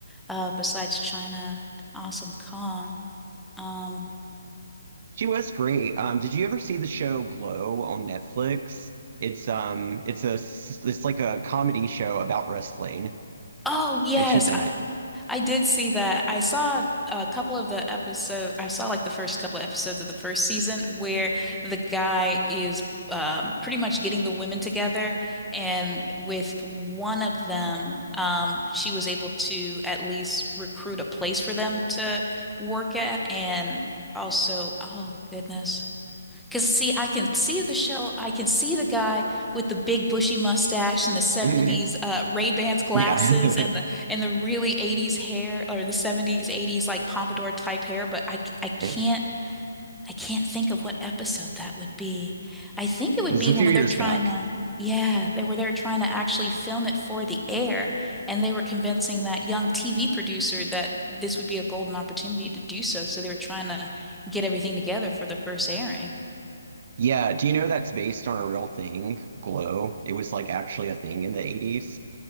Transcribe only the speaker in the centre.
uh, besides China and Awesome Kong. Um,
oh, yes,
I did see that. I saw a couple of the episode. I saw like the first couple of episodes of the first season where the guy is um, pretty much getting the women together, and with one of them, um, she was able to at least recruit a place for them to work at, and also, oh goodness. Because see, I can see the show. I can see the guy with the big bushy mustache and the 70s
uh, Ray-Bans glasses
and
the and the really 80s hair or the 70s 80s like pompadour type hair, but I I can't
I can't think of what episode that would be. I think it would
be when
they're trying
to yeah, they were they're trying to actually film it for the air and they were convincing that young TV producer that this would be a golden opportunity to do so, so they were trying to get everything together for the first airing.